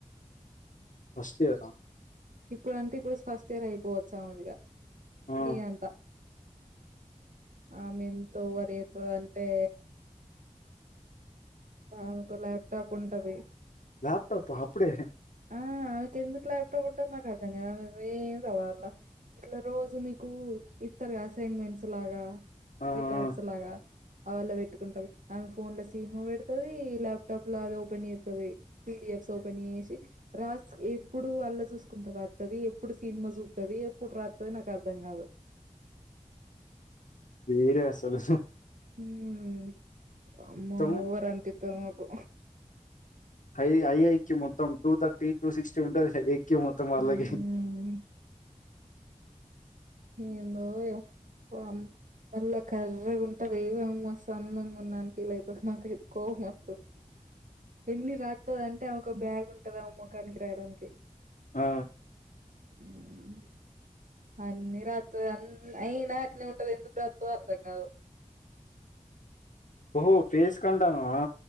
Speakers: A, on the left; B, on the right.
A: ఫస్ట్ ఇయర్
B: ఇప్పుడు అంటే ఇప్పుడు ఫస్ట్ ఇయర్ అయిపోవచ్చాఉ దిగా
A: ఆ
B: నియంతా ఆమె ఏంతో ఓవర్ చెత్తది అంటే ఆమెకు ఒక ల్యాప్టాప్ ఉంటది
A: ల్యాప్టాప అప్పుడే
B: ఆ అమెకు ఎందుకు లాప్టాప్ ఉంటది ఆమె ఏం సాధువధు అల్ల ఇట్లా రోజు నీకు ఇత్తరూ గాధ అసైన్మెంట్స్ లాగా
A: ఆ
B: రికార్డ్స్
A: ఆ
B: లాగా అవళ పెట్టుకుంటది. ఆమె ఫోన్ ల సినిమ పెడతుది ల్యాప్టాప్ లో అది ఓపెన్ చేత్తది పీడిఎఫ్స ఓపెన్ చేసి రాస్ ఎప్పుడు అల్ల ఎప్పుడు చూసుకుంట రాత్తది ఎప్పుడు సినిమా చూత్తది. ఎప్పుడు రాస్తది నాకు అర్థం కాదు
A: వేరే అసలు
B: హ్ అమే
A: మొత్తం
B: ఓవర్ అనిపిత్తది మాకు
A: ఐ ఐఐక్యూ మొత్తం టూ థర్టీ టూ సిక్స్టీ ఉంటది ఐఐక్యూ మొత్తం వాళ్ళకి
B: హ్మ్ ఏందో ఏమో మ్ మళ్ళా కర్రగా ఉంటది ఏ అమ్మా మాస్త్ అందంగా ఉన్నాని ఫీల్ అవుతది నాకు ఇ కోమతు ఎన్ని రాత్తది అంటే ఆమెకు ఒక బ్యాగ్ ఉంటది ఆ మొఖానికి రాయడానికి
A: ఆ
B: హ్ అన్ని రత్తది అన్ని అయినా అట్న ఉంటది ఎందుకు రాత్తది అర్ధం కాదు
A: ఓహో ఫేస్ కు అంటన్నవా